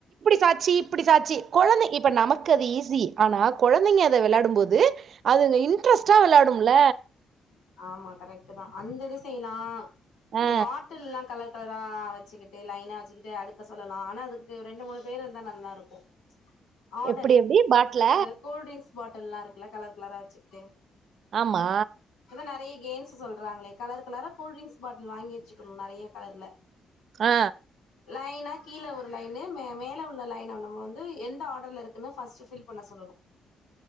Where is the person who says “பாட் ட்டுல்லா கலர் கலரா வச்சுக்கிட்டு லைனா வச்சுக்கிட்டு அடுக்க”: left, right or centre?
Left